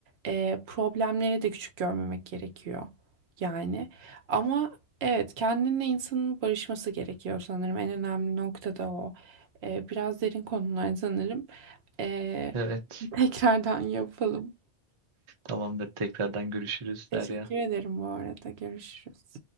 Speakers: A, on the right; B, on the right.
A: E, problemleri de küçük görmemek gerekiyor. Yani. Ama Evet, kendinle insanın barışması gerekiyor sanırım. En önemli nokta da o. Ee, biraz derin konular sanırım. Ee,
B: evet.
A: <laughs> tekrardan yapalım.
B: Tamamdır. Tekrardan görüşürüz
A: Teşekkür
B: Derya.
A: ederim bu arada. Görüşürüz.